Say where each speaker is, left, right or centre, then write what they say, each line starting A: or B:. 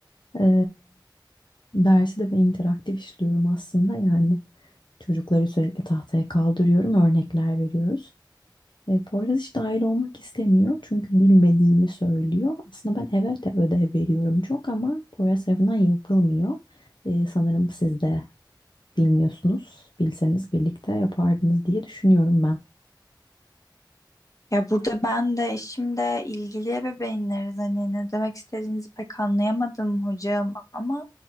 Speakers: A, on the left (about 70°); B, on the left (about 45°).
A: e, dersi de ben interaktif işliyorum aslında yani çocukları sürekli tahtaya kaldırıyorum örnekler veriyoruz. E, Poyraz hiç dahil olmak istemiyor çünkü bilmediğini söylüyor. Aslında ben evet de ödev veriyorum çok ama Poyraz tarafından yapılmıyor. E, sanırım siz de bilmiyorsunuz. Bilseniz birlikte yapardınız diye düşünüyorum ben.
B: Ya burada ben de eşimde ilgili ebeveynleriz hani ne demek istediğinizi pek anlayamadım hocam ama